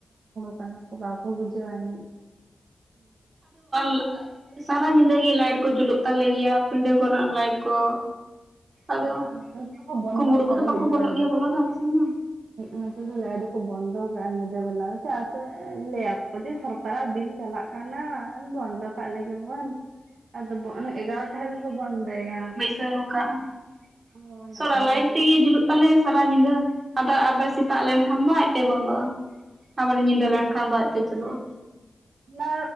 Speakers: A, on the right (about 80°); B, on the right (about 55°).
A: ᱠᱟᱱᱟ ᱠᱚ ᱵᱟᱠᱚ ᱦᱩᱸ
B: <inaudible> ᱥᱟᱨᱟ ᱧᱤᱫᱟᱹ ᱜᱤ ᱞᱟᱭᱤᱴ ᱠᱚ ᱡᱩᱞᱩᱜ ᱛᱟᱞᱮ ᱜᱮᱭᱟ ᱯᱤᱰᱟᱹ ᱠᱚᱨᱮ ᱞᱟᱭᱤᱴ ᱠᱚ᱾ ᱟᱫᱚ
A: ᱟᱨ ᱠᱚ ᱵᱚᱱᱫᱚ
B: ᱠᱩᱢᱵᱩᱲᱩ
A: ᱠᱟᱜᱼᱟ
B: ᱠᱚᱫᱚ
A: ᱟᱹᱭᱩᱵ
B: ᱵᱟᱠᱚ
A: ᱵᱮᱲᱟ
B: ᱵᱚᱞᱚᱜ ᱜᱮᱭᱟ ᱵᱚᱞᱚ ᱫᱚ ᱟᱞᱮᱥᱮᱱ ᱢᱟ᱾
A: ᱱᱚᱛᱮ ᱫᱚ ᱞᱟᱭᱤᱴ ᱫᱚᱠᱚ ᱵᱚᱱᱫᱚ ᱠᱟᱜᱼᱟ ᱧᱤᱫᱟᱹ ᱵᱮᱞᱟ ᱫᱚ ᱪᱟᱜ ᱥᱮ ᱞᱟᱹᱭᱟᱠᱚ ᱡᱮ ᱥᱚᱨᱠᱟᱨᱟᱜ ᱵᱤᱞ ᱪᱟᱞᱟᱜ ᱠᱟᱱᱟ ᱠᱟᱱᱟ ᱵᱚᱱᱫᱚ ᱠᱟᱜ ᱞᱮᱜᱮ ᱵᱚᱱ ᱟᱫᱚ ᱚᱱ ᱮᱜᱟᱨᱚᱴ ᱨᱮᱠᱚ ᱵᱚᱱᱫᱚᱭᱟ᱾
B: ᱥᱟᱹᱣ ᱠᱟᱜᱼᱟ ᱾
A: ᱚ ᱱᱟᱯᱟᱭ
B: ᱥᱚᱞᱟᱨ ᱞᱟᱭᱤᱴ
A: ᱠᱟᱛᱷᱟ
B: ᱛᱮᱜᱮ ᱡᱩᱞᱩᱜ ᱛᱟᱞᱮᱭᱟ ᱥᱟᱨᱟ ᱧᱤᱫᱟᱹ ᱟᱫᱚ ᱟᱵᱟᱨ ᱥᱮᱛᱟᱜ ᱞᱮᱱᱠᱷᱟᱱ ᱫᱚ ᱟᱡᱛᱮ ᱵᱚᱱᱫᱚᱜᱼᱟ᱾ ᱟᱵᱟᱨ
A: ᱛᱟᱦᱚᱞᱮ
B: ᱧᱤᱫᱟᱹ ᱞᱮᱱ ᱠᱷᱟᱱ ᱟᱡᱛᱮ ᱪᱟᱞᱩᱜᱼᱟ᱾
A: ᱚᱱᱟ